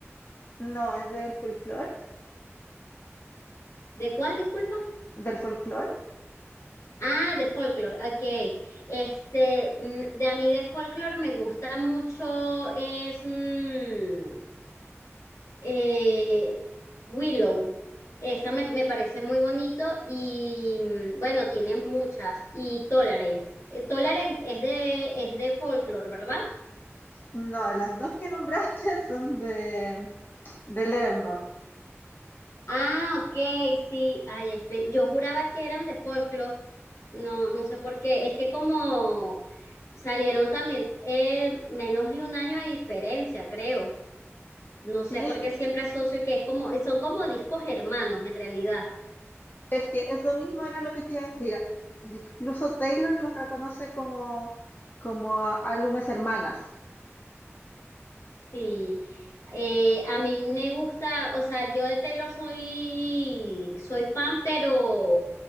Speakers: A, on the left (about 45°); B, on the left (about 75°).
A: No, es del folclore,
B: ¿De cuál, disculpa?
A: del folclore.
B: Ah, de Folklore, ok. Este, mm, de a mí de Folklore me gusta mucho, es... mm, Eh, Willow, esa me, me parece muy bonito y mm, bueno, tiene muchas. Y Tolerate. Eh, Tolerate es de, es de folklore, ¿verdad?
A: No, las dos que nombraste <laughs> son de De Levermore.
B: Ah, ok, sí. Ay, pe- yo juraba que eran de folklore. No, no sé por qué. Es que como salieron también eh, menos de un año de diferencia, creo. No sé
A: Sí,
B: por qué
A: sí,
B: siempre asocio que es como, son como discos hermanos en realidad.
A: es que eso mismo era lo que te iba a decir. Incluso Taylor los reconoce como, como a- álbumes hermanas.
B: Sí, eh, a mí me gusta, o sea, yo de Taylor soy, soy fan, pero